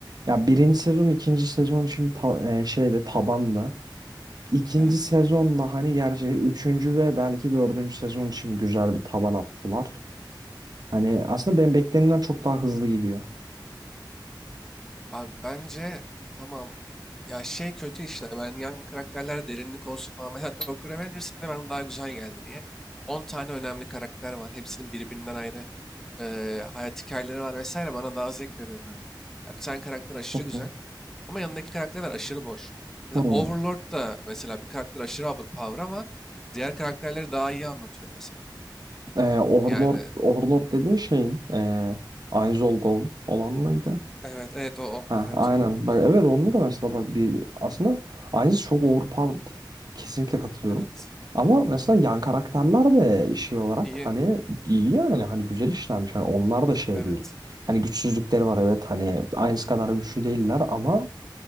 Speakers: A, on the right (about 55°); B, in the centre.
A: Ya birinci sezon, ikinci sezon şimdi ta- e, şeyde tabanda. İkinci
B: Evet.
A: sezonla hani gerçi üçüncü ve belki dördüncü sezon için güzel bir taban attılar. Hani aslında ben beklenenden çok daha hızlı gidiyor.
B: Abi bence tamam ya şey kötü işte ben yan karakterler derinlik olsun falan. Mesela Tokyo Revengers bile bana daha güzel geldi. Niye? 10 tane önemli karakter var. Hepsinin birbirinden ayrı Eee, hayat hikayeleri var vesaire bana daha zevk veriyor böyle. Ya bir tane karakter aşırı
A: Hı.
B: güzel ama yanındaki karakterler aşırı boş. Mesela
A: Hmm.
B: Overlord da mesela bir karakter aşırı overpower ama diğer karakterleri daha iyi anlatıyor mesela.
A: Ee, Overlord,
B: Yani
A: Overlord dediğin şeyin ee, Aiz Ol Gold olan mıydı?
B: evet evet o o
A: Ha,
B: evet
A: aynen.
B: o
A: Bak evet onda da mesela bak bir aslında aynısı çok overpowered. Kesinlikle katılıyorum.
B: evet
A: Ama mesela yan karakterler de şey olarak
B: iyi
A: hani iyi yani hani güzel işlenmiş. Hani onlar da şey
B: evet
A: değil. Hani güçsüzlükleri var evet hani aynısı kadar güçlü değiller ama